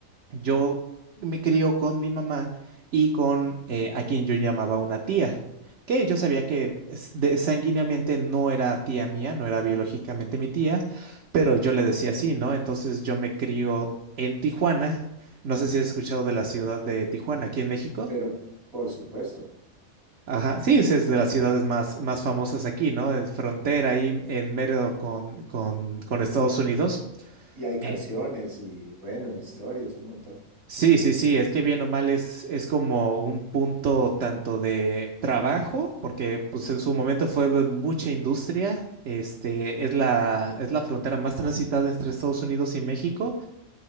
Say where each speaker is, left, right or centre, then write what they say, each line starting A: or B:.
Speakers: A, on the right; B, on the right.
A: yo me crió con mi mamá y con eh, a quien yo llamaba una tía, que yo sabía que es- de- sanguíneamente no era tía mía, no era biológicamente mi tía, pero yo le decía así, ¿no? Entonces yo me crío en Tijuana. No sé si has escuchado de la ciudad de Tijuana, aquí en México.
B: pero por supuesto.
A: Ajá, sí, es es de las ciudades más, más famosas aquí, ¿no? Es frontera ahí en mero con, con, con Estados Unidos.
B: Y hay canciones
A: eh,
B: y bueno, historias, un montón.
A: Sí, sí, sí, es que bien o mal es, es como un punto tanto de trabajo, porque pues en su momento fue de mucha industria, este, es la, es la frontera más transitada entre Estados Unidos y México.